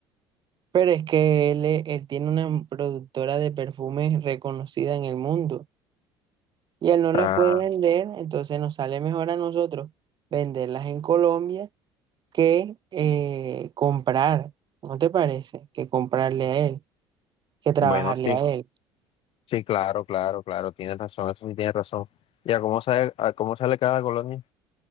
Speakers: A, on the right (about 45°); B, on the left (about 55°).
A: Pero es que él, e- él tiene una productora de perfumes reconocida en el mundo. Y él no las
B: Ah,
A: puede vender, entonces nos sale mejor a nosotros venderlas en Colombia que eh, comprar. ¿No te parece? Que comprarle a él, que trabajarle
B: bueno, sí,
A: a él.
B: sí, claro, claro, claro, tienes razón, eso sí tienes razón. Ya, ¿cómo sale, a cómo sale cada colonia?